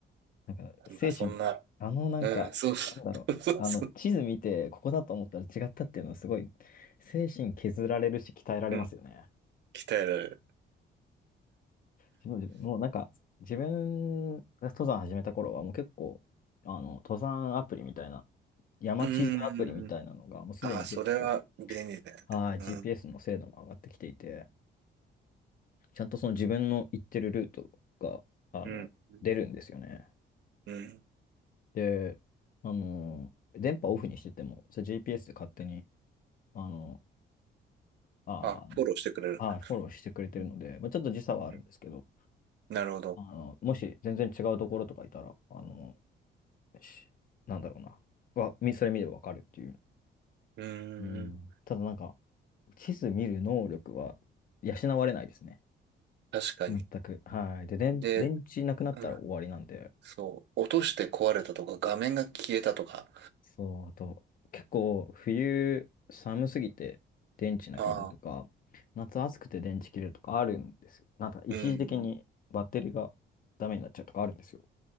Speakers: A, on the left (about 45°); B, on the right (about 60°).
A: なんか、精神、
B: まあ、そんな、
A: あの、なんか、
B: うん、そうそう、
A: なんだろう、
B: そうそう、
A: あの、地図見て、ここだと思ったら違ったっていうのは、すごい、精神削られるし、鍛えられますよね。
B: うん、鍛えられる。
A: 自分、自分もうなんか、自分が登山始めた頃は、もう結構、あの、登山アプリみたいな、山地図アプリみたいなのが、
B: うーん。
A: もうすでに結構、
B: ああ、それは便利だよ
A: はい、GPS
B: ね。
A: の精度も上がってきていて、ちゃんとその自分の行ってるルートが、あの、
B: うん、うん、
A: 出るんですよね。
B: うん。
A: で、あの、電波オフにしてても、それ GPS で勝手に、あの、あー、
B: あ、フォローしてくれるんだ。
A: はい、フォローしてくれてるので、
B: うん
A: まあ、ちょっと時差はあるんですけど、
B: うんなるほど。
A: あの、もし全然違うところとかいたら、あの、しなんだろうな、わ、みそれ見ればわかるっていう。
B: うーん、
A: うん。ただなんか、地図見る能力は養われないですね。
B: 確かに。
A: 全く。はい。で、電、
B: で、
A: 電池なくなったら終わりなんで、
B: うんそう、落として壊れたとか、画面が消えたとか。
A: そう、あと、結構冬寒すぎて電池なくなるとか、
B: ああ、
A: 夏暑くて電池切れるとかあるんですよ。なんか一時的にバッテリーがダメになっちゃうとかあるんですよ。
B: うん、